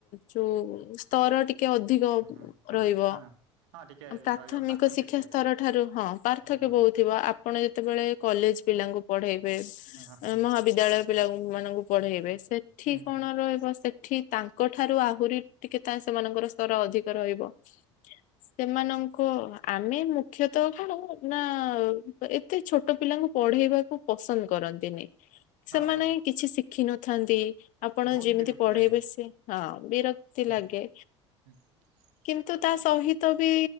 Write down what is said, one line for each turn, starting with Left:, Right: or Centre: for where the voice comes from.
Left: ଯୋଉ ସ୍ତର ଟିକେ ଟିକେ ଅଧିକ
Right: ହଁ ହଁ
Left: ରହିବ।
Right: ହଁ ହଁ ଟିକେ
Left: ପ୍ରାଥମିକ
Right: ରହିବ
Left: ଶିକ୍ଷା ସ୍ତର
Right: ଯାଏଁ
Left: ଠାରୁ ହଁ ପାର୍ଥକ୍ୟ
Right: ହଁ ହଁ
Left: ବହୁ ଥିବ। ଆପଣ ଯେତେବେଳେ କଲେଜ ପିଲାଙ୍କୁ ପଢେଇବେ।
Right: ହଁ ହଁ
Left: ମହାବିଦ୍ୟାଳୟ ପିଲା ଉ ମାନଙ୍କୁ ପଢେଇବେ। ସେଠି
Right: ହଁ
Left: କଣ ରହିବ? ସେଠି ତା କ ଠାରୁ ଆହୁରି ଟିକେ ତା ସେମାନଙ୍କର ସ୍ତର ଅଧିକ ରହିବ। ସେମାନ କଅ ଆମେ ମୁଖ୍ୟତ କଣ ନା ଏତେ ଛୋଟ ପିଲାଙ୍କୁ ପଢେଇବାକୁ ପସନ୍ଦ କରନ୍ତିନି। ସେମାନେ
Right: ହଁ ହଁ
Left: କିଛି ଶିଖିନଥାନ୍ତି। ଆପଣ
Right: ବହୁତ
Left: ଯେମିତି
Right: ବିରକ୍ତି
Left: ପଢେଇବେ।
Right: ଲାଗିବ
Left: ସେ ହଁ ବିରକ୍ତି
Right: ହୁଁ
Left: ଲାଗେ।
Right: <inaudible>
Left: କିନ୍ତୁ ତା ସହିତ ବି